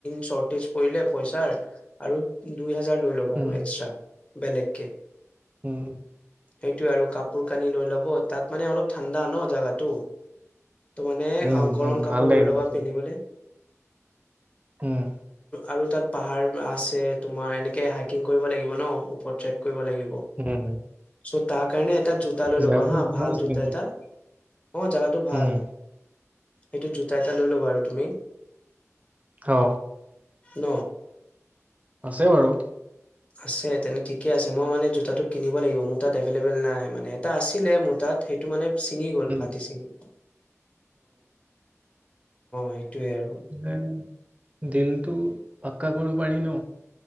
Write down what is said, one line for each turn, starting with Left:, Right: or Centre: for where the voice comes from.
Left: চৰ্টেজ পৰিলে পইচাৰ আৰু দুই। লৈ লবা
Right: উম
Left: বেলেগকে।
Right: উম উ।
Left: সেইটোয়ে আৰু কাপোৰ। কানি লৈ ল'ব তাত মানে অলপ ঠাণ্ডা ন জাগাটো। ত মানে অ
Right: উম
Left: গৰম
Right: উম
Left: কাপোৰ
Right: ভাল লাগে
Left: লৈ
Right: কিন্তু
Left: ল'বা
Right: চাই।
Left: পিন্ধিবলৈ।
Right: উম।
Left: আৰু তাত পাহাৰ আছে যে তোমাৰ এনেকে হাইকিং কৰিব লাগিব ন ওপৰ ট্ৰেক কৰিব লাগিব। চ'
Right: উম
Left: তাৰ কাৰণে। এটা জোতা লৈ
Right: জাগৰণ
Left: ল'বা হা ভাল
Right: আছে
Left: জোতা
Right: কিন্তু
Left: এটা অ জাগাটো ভাল
Right: উম
Left: সেইটো জোতা এটা লৈ লবা' আৰু তুমি
Right: অ
Left: ন
Right: আছে বাৰু
Left: আছে তেনে ঠিকে আছে মই মানে জোতাটো কিনিব লাগিব মোৰ তাত এভেলেবল নাই মানে এটা আছিলে মোৰ তাত সেইটো মানে চিঙি গ'ল
Right: উম
Left: ফাটি চিঙি সেইটোয়ে অ আৰু
Right: উম দিলটো পাক্কা কৰিব পাৰি ন